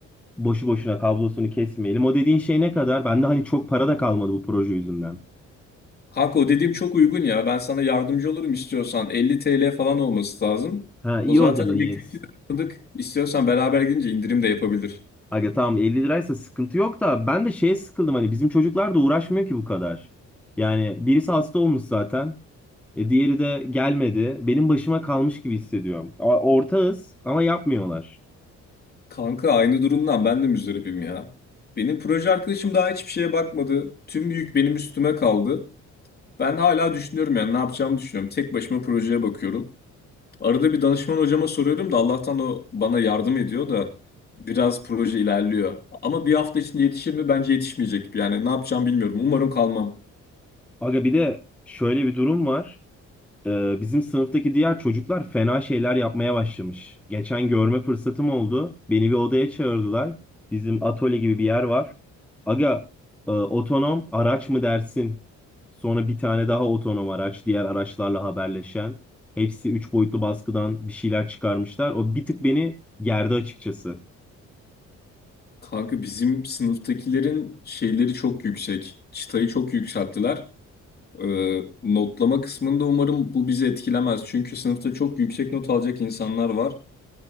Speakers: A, in the centre; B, on the left.
A: Boşu boşuna kablosunu kesmeyelim. O dediğin şey ne kadar? Bende hani çok para da kalmadı bu proje yüzünden.
B: Kanka o dediğim çok uygun ya. Ben sana yardımcı olurum istiyorsan. 50 TL falan olması lazım.
A: Ha
B: O
A: iyi
B: zaten
A: o zaman
B: elektrikli
A: iyi.
B: aldık. İstiyorsan beraber gidince indirim de yapabilir.
A: Aga tamam 50 liraysa sıkıntı yok da ben de şeye sıkıldım hani bizim çocuklar da uğraşmıyor ki bu kadar. Yani birisi hasta olmuş zaten. E, diğeri de gelmedi. Benim başıma kalmış gibi hissediyorum. Ama ortağız ama yapmıyorlar.
B: Kanka aynı durumdan ben de müzdaribim ya. Benim proje arkadaşım daha hiçbir şeye bakmadı. Tüm yük benim üstüme kaldı. Ben hala düşünüyorum yani ne yapacağımı düşünüyorum. Tek başıma projeye bakıyorum. Arada bir danışman hocama soruyorum da Allah'tan o bana yardım ediyor da biraz proje ilerliyor. Ama bir hafta içinde yetişir mi? Bence yetişmeyecek. Yani ne yapacağımı bilmiyorum. Umarım kalmam.
A: Aga bir de şöyle bir durum var. E, bizim sınıftaki diğer çocuklar fena şeyler yapmaya başlamış. Geçen görme fırsatım oldu. Beni bir odaya çağırdılar. Bizim atölye gibi bir yer var. Aga e, otonom araç mı dersin? Sonra bir tane daha otonom araç, diğer araçlarla haberleşen. Hepsi üç boyutlu baskıdan bir şeyler çıkarmışlar. O bir tık beni gerdi açıkçası.
B: Kanka bizim sınıftakilerin şeyleri çok yüksek. Çıtayı çok yükselttiler. Ee, notlama kısmında umarım bu bizi etkilemez. Çünkü sınıfta çok yüksek not alacak insanlar var.